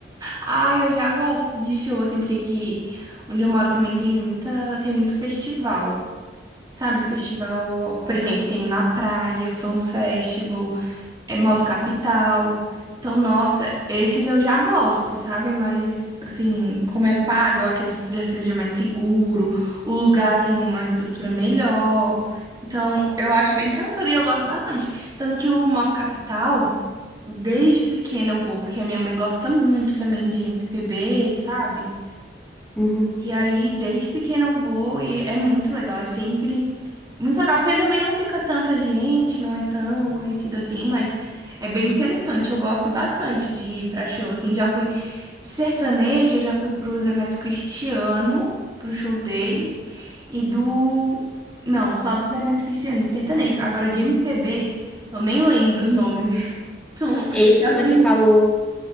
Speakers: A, on the right; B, in the centre.
A: Ai, eu já gosto de show, assim, porque aqui onde eu moro também tem muita, tem muito festival. Sabe, festival, por exemplo, tem o Na Praia, Fan Festival. é Moto Capital. Então, nossa, esses eu já gosto, sabe? Mas, assim, como é pago, eu acredito que já seja mais seguro, o lugar tem uma estrutura melhor. Então, eu acho bem tranquilo e eu gosto bastante. Tanto que o Moto Capital, desde pequena eu vou, porque a minha mãe gosta muito também de MPB, sabe?
B: Uhum.
A: E aí, desde pequena eu vou e é muito legal, é sempre. Muito legal, porque também não fica tanta gente, não é tão conhecido assim, mas é bem interessante. Eu gosto bastante de ir pra show, assim. Já fui de sertanejo, eu já fui pro Zé Neto Cristiano, pro show deles, e do... Não, só do Zé Neto Cristiano, de sertanejo. Agora, de MPB, eu nem lembro os nomes. <laughs> Então,
B: Esse
A: já
B: que você
A: fui
B: falou.